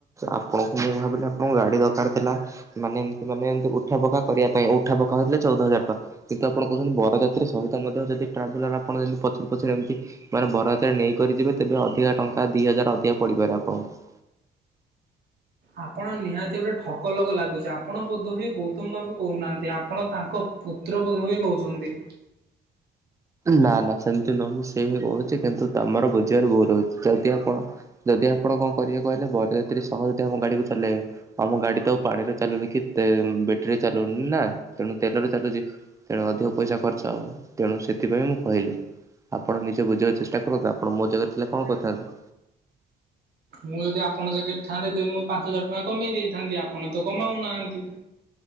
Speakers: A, on the right; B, on the right.
A: ଆପଣଙ୍କୁ ମୁଁ ଭାବିଲି ଆପଣଙ୍କୁ ଗାଡ଼ି ଦରକାର ଥିଲା- ମାନେ ଏମିତି ମାନେ ଏମି଼ତି ଉଠା ବକା କରିବା ପାଇଁ ଉଠା ବକା ହେଇଥିଲେ ଚଉଦ ହଜାର ଟଙ୍କା କିନ୍ତୁ ଆପଣ କହୁଛନ୍ତି ବରଯାତ୍ରୀା ସହିତ ମଧ୍ୟ ଯଦି ଟ୍ରାଭେଲର ଆପଣିତି ପଛରେ ପଛରେ ଏମିତି ମାନେ ବରଯାତ୍ରୀ ନେଇକରି ଯିବେ ତେବେ ଅଧିକା ଟଙ୍କା ଦି ହଜାର ଅଧିକା ପଡିପାରେ ଆପଣଙ୍କୁ
B: ଆପଣ ନିହାତି ଗୋଟେ ଠକ ଲଗ ଲାଗୁଛି ଆପଣ ବୋଧହୁଏ ଗୌତମ ବାବୁ କହୁନାହାନ୍ତି ଆପଣ ତାଙ୍କ ପୁତ୍ର ବୋଧ ହୁଏ କହୁଛନ୍ତି।
A: ନା ନା ସେମିତି ନ ମୁଁ ସେଇ ହଁ କହୁଛି କିନ୍ତୁ ତମର ବୁଝିବାର ଭୁଲ ହଉଛି ଯଦି ଆପଣ ଯଦି ଆପଣ କଣ କରିବେ କହିଲେ ବରଯାତ୍ରୀ ସହ ଯଦି ଆମ ଗାଡ଼ିକୁ ଚଲାଇବେ ଆମ ଗାଡି ତ ଆଉ ପାଣିରେ ଚାଲୁନି କି ତେ ବେଟେରୀରେ ଚାଲୁନି ନା ତେଣୁ ତେଲରେ ଚାଲୁଛି ତେଣୁ ଅଧିକ ପଇସା ଖର୍ଚ୍ଚ ହବ ତେଣୁ ସେ ସେଥିପାଇଁ ମୁଁ କହିଲି ଆପଣ ନିଜେ ବୁଝିବାକୁ ଚେଷ୍ଟା କରନ୍ତୁ ଆପଣ ମୋ ଜାଗାରେ ଥିଲେ କଣ କଥାନ୍ତି
B: ମୁଁ ଯଦି ଆପଣଙ୍କ ଜକେଟ୍ ଥାଆନ୍ତି ତେବେ ମୁଁ ପାଞ୍ଚ ହଜାର ଟଙ୍କା କମେଇ ଦେଇଥାନ୍ତି ଆପଣ ତ କମାଉନାହାଁନ୍ତି।